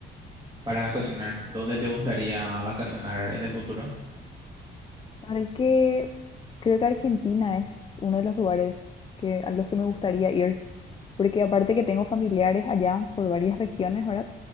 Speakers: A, on the right; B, on the left.
A: Para vacacionar, ¿dónde te gustaría vacacionar en el futuro?
B: La verdad que creo que Argentina es uno de los lugares que, a los que me gustaría ir, porque aparte que tengo familiares allá por varias regiones, ¿verdad?